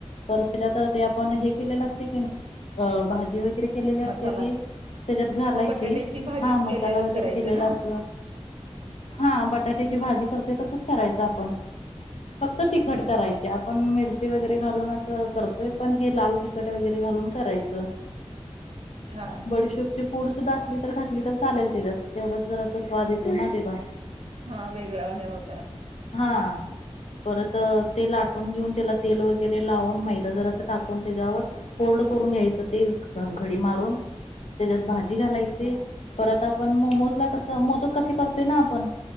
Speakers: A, on the left; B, on the right.
A: परत त्याच्यात ते आपण हे केलेलं असते की अ भाजी वगैरे केलेली असतें
B: मसाला
A: ती त्याच्यात घालायची
B: मग बटाट्याची भाजीच
A: हा मसाला
B: केल्यागत
A: वगैरे
B: करायचं
A: केलेला
B: ना
A: असं हा बटाट्याची भाजी करत. तसं करायचं आपण फक्त तिखट
B: हम्म
A: करायची आपण मिरची वगैरे घालून असं करतोय पण हे लाल तिखट वगैरे घालून करायचं
B: हा
A: बडीशेपची फूड सुद्धा असली तर घातली तर चालेल तिला तेवढंच जरा असं स्वाद येते ना तेला
B: हा वेगळं हे होतय
A: हा. परत ते लाटून घेऊन त्याला तेल वगैरे लावून मैदा जर टाकून त्याच्यावर फोल्ड करून घ्यायच घडी मारून तेज्यात भाजी घायची
B: हा
A: परत आपण मोमोज कसं मोदक कसे करतो ना आपण